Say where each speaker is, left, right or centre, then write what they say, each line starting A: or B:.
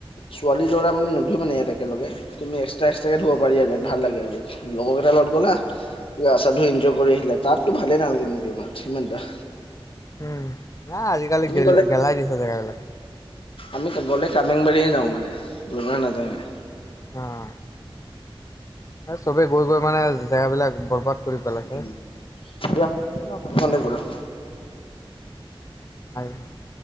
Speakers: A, on the left; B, on the left.
A: ছোৱালী -ল'ৰা মানে নুধুই মানে ইয়াত একেলগে তুমি এক্সট্ৰা -এক্সট্ৰাকে ধুব পাৰি আৰু ইয়াত ভাল লাগে আৰু ইয়াত। লগকেইটা লগত গ'লা গা চা ধুই ইনজয় কৰি আহিলা তাততো ভালে নালাগে মোৰ দৈ মাৰাত সিমানটা।
B: উম, না আজিকালি গেল
A: গ'লে
B: -গেলাই দিছে জেগাবিলাক।
A: আমি গ'লে কামৰেংবাৰীয়ে যাওঁ মানে দৈ মাৰা নাজাঙে।
B: হা এ চবে গৈ-গৈ মানে জেগাবিলাক বৰবাদ কৰি পেলাইছে
A: <unintelligible> দিয়া হব দিয়া ন' বন্দে কৰোত
B: <unintelligible>